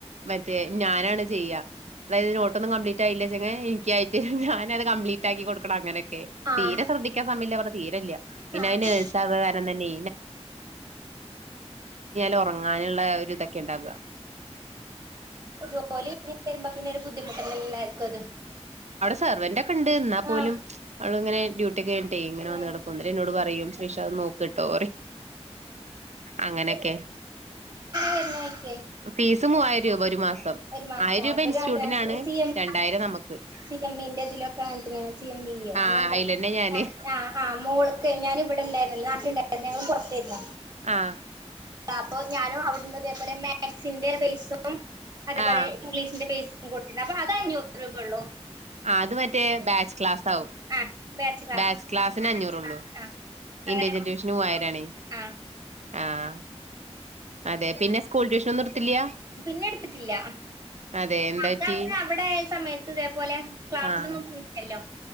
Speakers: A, on the right; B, on the right.
A: മറ്റേ ഞാനാണ് ചെയ്യാ അതായത് നോട്ടൊന്നും കപ്ലീറ്റ് ആയില്ല ചെെ എനക്ക് ആയച്ചിട് അത് കമ്പ്ലീറ്റ് ആക്കി കൊടുക്കണം അങ്ങനെയൊക്കെ
B: ആഹ്
A: തീരെ ശ്രദ്ധിക്കാ സമില്ല തീരല്ല പിന്നെ
B: ആഹ്
A: അ നേഴ്സ ആക കാരണം തന്നെ അങ്ങനെയുള്ള ഒരു ഇതൊക്കെ ഉണ്ടാവ
B: ജോലി വരുമ്പോ പിന്നെ ഒരു ബുദ്ധിമുട്ടന്നല്ലർക്കും അത്
A: സർവെന്റ ഒക്കെ ഇണ്ട് ന്നാ പോലും
B: ആഹ്
A: അവള ഇങ്ങനെ മിട്ടേ ഇങ്ങനെ
B: ഉം
A: വന്ന് കിടക്കും എന്നോട് പറയും ശ്രീഷാ നോക്ക് ട്ടോ അങ്ങനെയൊക്കെ
B: വുന്നായിക്കേ
A: ഫീസ് മൂവായിരം രൂപ ഒരു മാസം
B: ഒരു മാസത്തിന
A: ആയിരം രൂപ
B: അവ
A: ഇൻസ്റ്റിറ്റ്യൂട്ടിനാണ്
B: അന സി എം
A: രണ്ടായിരം നമുക്ക്
B: സി എംന്റെതിലൊക്കെ അങ്ങനനെ സി എം ന
A: ആഹ്
B: ഞ <unintelligible>
A: അയിലന്നെ ഞാന്
B: ഇവിടെണ്ടായിുന്നില്ല നാിലുണ്ടായിരരുന്നു ഞങ്ങളും പുറത്തരരുന്നു
A: ആഹ്
B: അപ്പ ഞാനും അവിടു അതേപോലെ മാസിന്റെ ബേസും അതേപോലെ
A: ആഹ്
B: ഇംഗ്ലീഷിന്റെ ബേസ കൊട്ടന അപ്പ അത് അഞ്ഞൂറ് രൂപള്ളു
A: ആ അത് മറ്റേ ബാച്ച് ക്ലാസ് ആാവും
B: ആ ക്ലാസ്
A: ബാച്ച് ക്ലാസ്സിന്
B: ആ
A: അഞ്ഞൂറള്ളൂ
B: ബാച്ച് ക്ലാസ് ആ അങ്ങനെ
A: ഇന്ത്യൻ ജലിവിഷന് മൂവായിരംണ
B: ആ
A: ആഹ അതെ പിന്നെ സ്കൂൾ ട്യൂഷന ഒന്നും നിർത്തില്ലയ
B: പിന്നെ എടുത്തിട്ടില്ല
A: അതെ എന്താ
B: അതങ്ങെ
A: പറ്റി
B: അവിടെ ആയ സമയത്ത് ഇതേപോലെ ക്ലാസ്സിലൊന്നും
A: ആഹ്
B: പോയിട്ടല്ലോ